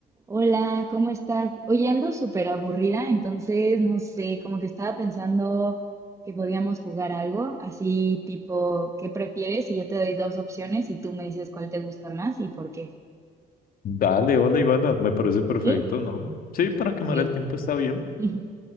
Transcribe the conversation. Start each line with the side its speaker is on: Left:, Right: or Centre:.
Right: Hola, ¿cómo estás? Oye, ando súper aburrida, entonces no sé, como que estaba pensando que podíamos jugar algo, así tipo, ¿qué prefieres? Y yo te doy dos opciones y tú me dices cuál te gusta más y por qué.
Left: Dale, hola Ivana, me parece perfecto,
Right: ¿Sí?
Left: ¿no? Sí, para
Right: Ok.
Left: quemar el tiempo está bien.
Right: <laughs>